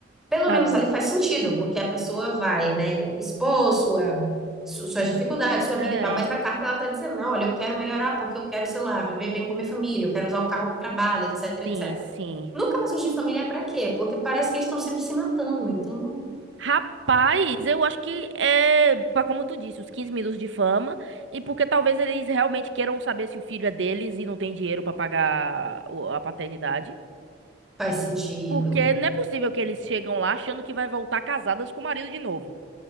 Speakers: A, in the centre; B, on the right (about 75°).
A: Pelo
B: Ah,
A: menos
B: hum.
A: ali faz sentido, porque a pessoa vai, né, expor sua, su- suas dificuldades, sua
B: é.
A: vida e tal. Mas na carta ela tá dizendo, não, olha, eu quero melhorar porque eu quero, sei lá, viver bem com a minha família, eu quero usar o carro que trabalho, etc, etc.
B: Sim, sim.
A: No caso de família, é pra quê? Porque parece que eles estão sempre se matando, então não
B: Rapaz, eu acho que é, pra- como tu disse, os 15 minutos de fama, e porque talvez eles realmente queiram saber se o filho é deles e não tem dinheiro pra pagar o- a paternidade.
A: faz sentido.
B: Porque não é possível que eles chegam lá achando que vai voltar casadas com o marido de novo.